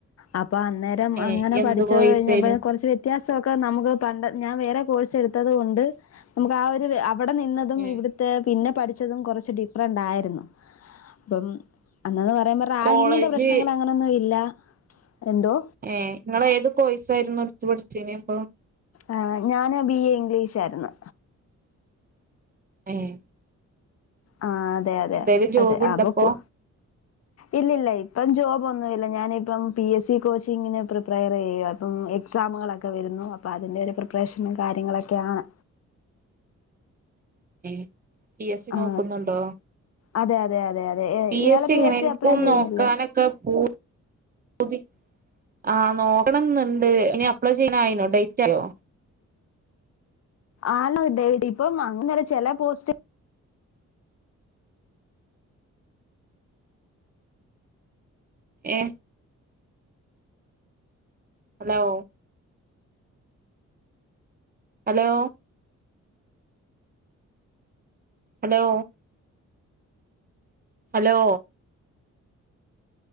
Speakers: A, on the left (about 55°); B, on the right (about 30°).
A: അ പ്പൊ അന്നേരം
B: ഏ
A: അങ്ങനെ
B: എന്ത്
A: പഠിച്ചച്ച്
B: കോഴ്സേനു
A: കഴിഞ്ഞ കുറച്ച് വ്യത്യാ സക്കെ നമുക്ക് പണ്ട ഞാൻ വേറെ കോഴ്സ് എടുത്തത് കൊണ്ട് ണ്ട് നമുക്ക് ആ ഒരു അവിടെ നിന്നതും
B: ഏ
A: ഇവി പിന്നെ പഠിച്ചതും കുറച്ച് ഡിഫറൻറ് ആയിരുന്നു അപ്പം- അന്നന്ന് പറയുമ്പോ റാഗിങ്ങിന്റെ
B: കോളേജ്
A: പ്രശ്നങ്ങൾ അങ്ങനെൊന്നും ഇല്ല എന്തോ
B: ഏ നിങൾ ഏത് കോയ്സായിരുന്നു സ് പഠിച്ചന അപ്പൊ
A: ആ ഞാന് ബി എ ഇംഗ്ലീഷായിരുന്നു
B: ഏ <unintelligible>
A: ആ അതെ അതെ
B: എന്തേലും ജോബ്
A: അതെ
B: ഉണ്ടപ്പോ
A: ആ പോക്കൂ ഇല്ലല്ല ഇപ്പോം ജോബോനുമില്ല ഞാനിപ്പം പി എസ് സി കോച്ചിങ്ങിന് പ്രിപ്പയർ ചെയ്യ അപ്പം എക്സാമുകളൊക്കെ വരുന്നു അപ്പൊ അതിന്റെ ഒരു പ്രിപറേഷനും കാര്യങ്ങളൊക്കെ ആണ്
B: ഏ <inaudible> പി എസ് സി
A: ആ
B: നോക്കുന്നുണ്ടോ
A: അതെ അതെ അതെ അതെ അതെ
B: പി
A: ഇയാള്
B: എസ് സി എങ്ങനെപ്പും
A: അപ്ലൈ ചെയ്യുന്നില്ലേ
B: നോക്കാനൊക്കെ പൂ- പുതി- ആഹ് നോക്കണന്നുണ്ട് ഇനി അപ്ലൈ ചെയ്യാനായിനോ ഡേറ്റ് ആയോ
A: ആണോ ഡ ഇപ്പം അങ്ങെ ചെല പോസ്റ്റ്
B: ഏ hello hello hello hello